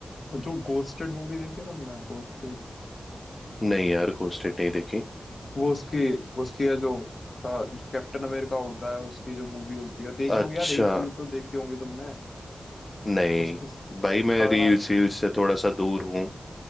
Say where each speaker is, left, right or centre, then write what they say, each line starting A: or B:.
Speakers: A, on the left; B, on the left.
A: जो गोस्टेड मूवी देखी है तुमने गोस्टेड
B: नहीं यार घोस्टेड नहीं देखी
A: वो उसकी उसकी है जो अ, जो कैप्टन अमेरिका होता है उसकी जो मूवी होती है देखी
B: अच्छा
A: होगी यार रील्स वील्स तो देखी होंगी तुमने
B: नहीं
A: उसके स-
B: भाई मैं
A: आ,
B: रील्स वील्स से थोड़ा सा दूर हूँ